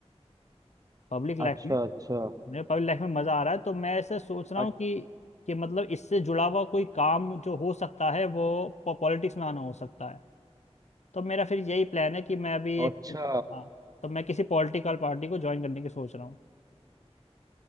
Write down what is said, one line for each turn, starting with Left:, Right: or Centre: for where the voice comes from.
Left: Public life
Right: अच्छा अच्छा
Left: मेरे पब्लिक लाइफ में मजा आ रहा है तो मैं ऐसे सोच रहा
Right: अ-
Left: हूँ कि कि मतलब इससे जुड़ा हुआ कोई काम जो हो सकता है वो पॉलिटिक्स में आना हो सकता है तो मेरा फिर यही प्लान है कि मैं अभी एक
Right: अच्छा
Left: हाँ तो मैं किसी पॉलिटिकल पार्टी को ज्वाइन करने की सोच रहा हूँ